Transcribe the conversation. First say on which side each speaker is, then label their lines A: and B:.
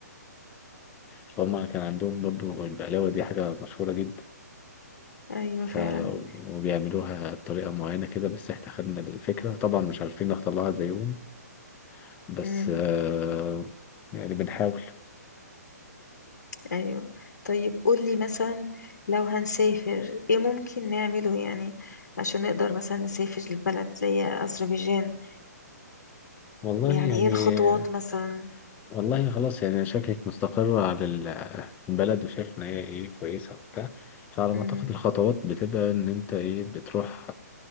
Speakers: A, on the left; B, on the left.
A: فهم كان عندهم برضو البقلاوة دي حاجة مشهورة جدا
B: ايوه
A: ف
B: فعلا
A: وبيعملوها بطريقة معينة كده بس احنا خدنا الفكرة طبعا مش عارفين نختار لها زيهم بس
B: امم
A: آه، يعني بنحاول
B: ايوه طيب قولي مثلا لو هنسافر ايه ممكن نعمله يعني عشان نقدر مثلا نسافر لبلد زي أذربيجان
A: والله
B: يعني
A: يعني
B: ايه الخطوات مثلا
A: والله خلاص يعني شكلك مستقرة على ال- البلد وشايف إن هي إيه كويسة وبتاع فعلى ما
B: امم
A: أعتقد الخطوات بتبقى إن أنت إيه بتروح